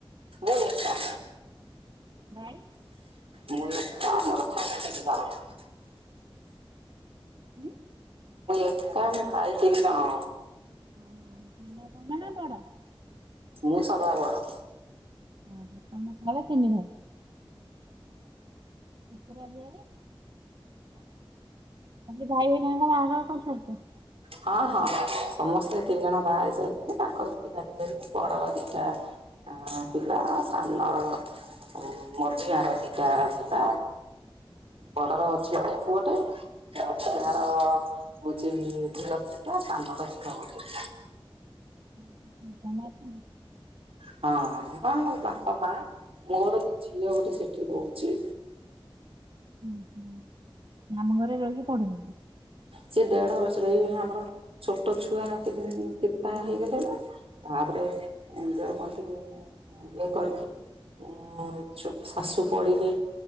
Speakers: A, on the right; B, on the right.
A: ମୁଁ ଏକା।
B: ଭାଇ?
A: ମୁଁ ଏକା ମୋ ଭାଇ ଅଛନ୍ତି ଦି ଜଣ।
B: ଉଁ।
A: କେ ଆମେ ଭାଇ ତିରି ଜଣ।
B: ଓ ସାନ ନା ବଡ।
A: ମୁଁ ସଭା ବଡ।
B: ଓ ହ ତମ ତଳେ ତିନି ଭାଇ। <unintelligible> ତମେ ସେ ଭାଇହରୀଙ୍କର ବାହାଘର କରି ସାରିଛ।
A: ହଁ ହଁ ସମସ୍ତେ ତିନି ଜଣ ବାହା ହେଇ ସାରିଥିଲେ ତାଙ୍କର ପିଲା ପିଲି ହେଲେଣି ବଡର ଦିଟା ଆ ପିଲା ସାନର ଓ ମୋଝିଆର ଦିଟା ପିଲା। ବଡ଼ର ଝିଅଟେ ପୁଅଟେ ମଝିଆ ର ହଉଚି ଝିଅ ଦିଟା ସାନର ଝିଅ ଗୋଟେ।
B: <unintelligible>
A: ହଁ ହଁ ମୋ ବାପା ମା ମୋର ବି ଝିଅ ଗୋଟେ ସେଠି ରହୁଛି।
B: ହଁ ହଁ ମାମୁଁ ଘରେ ରହିକି ପଡୁଚନ୍ତି।
A: ସେ ଦେଢ ବର୍ଷର ଏଇ ଆମର ଛୋଟ ଛୁଆ ତିନ୍ ତିନିଟା ହେଇଗଲେ ନା ତାପରେ ଯୋଉ କଣ ତି ଇଏ କରିକି ଉ ଛୋ ଶାଶୁ ପଡିଲେ